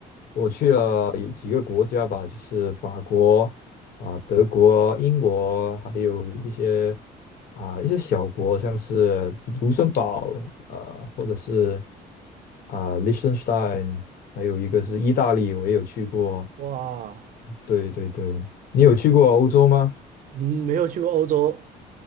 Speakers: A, on the left; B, on the right.
A: 我去了有几个国家吧，
B: 嗯，
A: 就是法国啊、德国、英国，还有一些啊、一些小国，像是卢森堡啊，或者是啊、Liechtenstein，还有一个是意大利，我也有去过。
B: 哇，
A: 对对对，你有去过欧洲吗？
B: 嗯，没有去过欧洲，